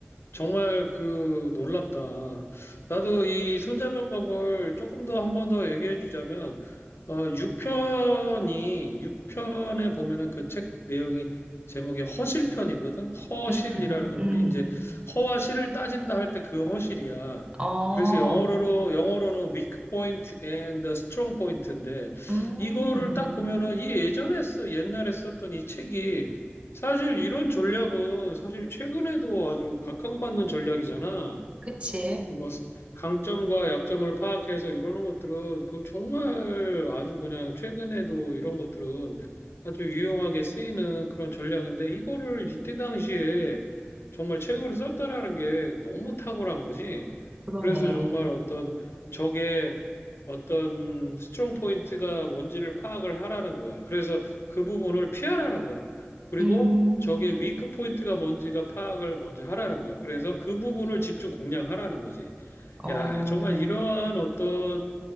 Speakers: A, on the left; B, on the right.
A: 정말 그 놀랍다. 나도 이 손자병법을 조금 더 한 번 더 얘기해 주자면, 어, 6편이, 육편에 보면은 그 책 내용이 제목이 허실편이거든? 허실이라는
B: 음, 음,
A: 걸
B: 음.
A: 우리 이제 허와 실을 따진다 할 때 그 허실이야.
B: 어.
A: 그래서 영어로, 영어로는 weak point and strong point인데,
B: 음,
A: 이거를 딱 보면은 이 예전에 써, 옛날에 썼던 이 책이 사실 이런 전략은 사실 최근에도 아주 각광받는 전략이잖아.
B: 그치.
A: 뭐 스- 강점과 약점을 파악해서 이러는 것들은 그 정말 아주 그냥 최근에도 이런 것들은 아주 유용하게 쓰이는 그런 전략인데 이거를 이때 당시에 정말 최고로 썼다라는 게 너무 탁월한 거지.
B: 그러네.
A: 그래서 정말 어떤 적의 어떤 스트롱 포인트가 뭔지를 파악을 하라는 거야. 그래서 그 부분을 피하라는 거야. 그리고
B: 음,
A: 적의 위크 포인트가 뭔지가 파악을 먼저 하라는 거야. 그래서 그 부분을 집중 공략하라는 거지.
B: 어,
A: 야, 정말 이러한 어떤